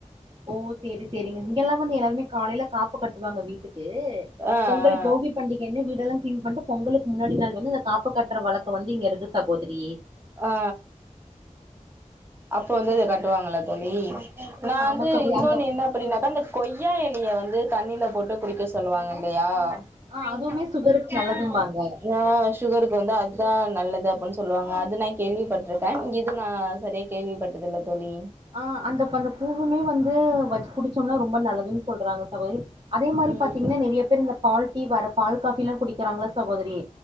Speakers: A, on the right; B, on the right.
A: ஓ சரி சரிங்க இங்கெல்லாமவந்து எல்லாருமே காலையில காப்பு கட்டுவாங்க வீட்டுக்கு
B: ஆ
A: பொங்கல்
B: ஆ
A: போகி பண்டிகை என்ன வீடெல்லா கிளீன் பண்ணிட்டு பொங்கலுக்கு முன்னாடி நாள் வந்து அந்த காப்பு கட்டுற வழக்க வந்து இங்க இருக்கு சகோதரி
B: ஆ அப்போ வந்து அத கட்டுவாங்களா தோழி
A: ஆ
B: நா வந்து
A: ஆமா சகோதரி
B: இன்னொன்னு
A: அந்த
B: என்னாப் அப்படின்னாக்கா அந்த கொய்யா எலைய வந்து தண்ணில போட்டு குடிக்க சொல்லுவாங்க இல்லையா
A: ஆ
B: <unintelligible>
A: அதுவுமே சுகருக்கு நல்லதும்பாங்க
B: ஆ சுகருக்கு வந்து அத்தா நல்லது அப்டின்னு சொல்லுவாங்க அது நா கேள்விப்பட்டிருக்கே இது நா சரியா கேள்வி பட்டதில்ல தோழி
A: ஆ அந்த அந்த பூவுமே வந்து வெச்சு குடிச்சோம்னா ரொம்ப நல்லதுன்னு சொல்றாங்க சகோதரி அதே மாரி
B: ம்
A: பாத்தீங்கன்னா நெறைய பேர் இந்த பால் டீ வர பால் காபி எல்லா குடிக்கிறாங்களா சகோதரி